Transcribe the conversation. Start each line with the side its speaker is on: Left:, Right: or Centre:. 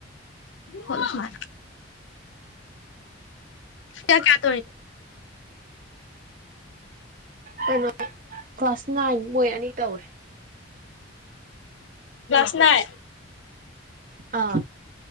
Left: ꯍꯂ ꯁꯃꯥꯏ ꯌꯥ ꯀꯌꯥ ꯇꯣꯏ
Right: ꯀꯩꯅꯣ ꯀ꯭ꯂꯥꯁ ꯅꯥꯏꯟ ꯃꯣꯏ ꯑꯅꯤ ꯇꯧꯋꯦ
Left: ꯁꯅꯥꯏ
Right: ꯑꯥ